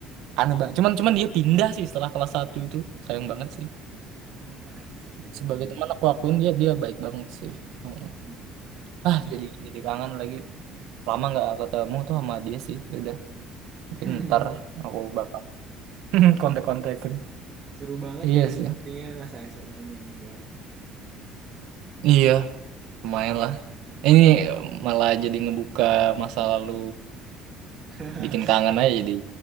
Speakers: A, on the right (about 70°); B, on the right (about 25°).
A: aneh banget cuman cuman dia pindah sih setelah kelas satu itu sayang banget sih
B: Oh, I see.
A: sebagai
B: Iya.
A: teman aku akuin dia dia baik banget sih Heeh.
B: Mm-mm.
A: ah jadi jadi kangen lagi lama nggak ketemu tuh sama dia sih udah mungkin
B: <laughs>
A: ntar aku bakal <laughs> kontak-kontakin
B: Seru banget
A: Iya
B: ya
A: sih.
B: sepertinya masa SMA-nya Enggar.
A: Iya, lumayan lah. Ini malah jadi ngebuka masa lalu
B: <laughs>
A: bikin kangen aja jadi.